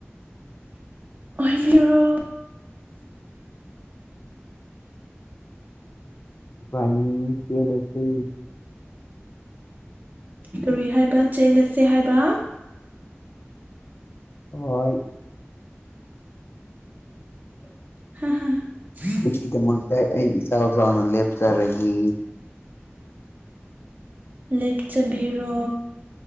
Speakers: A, on the right (about 40°); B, on the left (about 60°).
A: ꯑꯣꯏꯕꯤꯔꯣ
B: ꯏꯕꯥꯅꯤ ꯆꯦꯜꯂꯁꯦ
A: ꯀꯔꯤ ꯍꯥꯏꯕ ꯆꯦꯜꯂꯁꯦ ꯍꯥꯏꯕ
B: ꯍꯣꯏ
A: <unintelligible>
B: ꯑꯗꯨꯒꯤꯗꯃꯛꯇꯥ ꯑꯩ ꯏꯆꯥꯎ ꯆꯥꯎꯅ ꯂꯦꯞꯆꯔꯒꯦ
A: ꯂꯦꯞꯆꯕꯤꯔꯣ